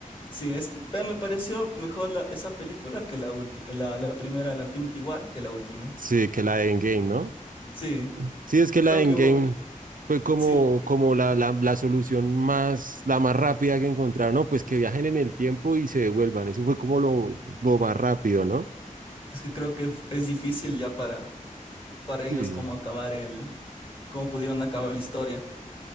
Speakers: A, on the left (about 40°); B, on the right (about 80°).
A: sí, es, pero me pareció mejor la, esa película que la última, la, la primera, la Infinity War, que la última.
B: Sí, que la de Endgame, ¿no?
A: Sí,
B: Sí, es que
A: creo
B: la de
A: que
B: Endgame
A: hubo,
B: fue como,
A: sí,
B: como la, la, la solución más, la más rápida que encontraron, ¿no? Pues que viajen en el tiempo y se devuelvan. Eso fue como lo, lo más rápido, ¿no?
A: es que creo que f- es difícil ya para, para ellos
B: Sí.
A: cómo acabar el, cómo pudieron acabar la historia,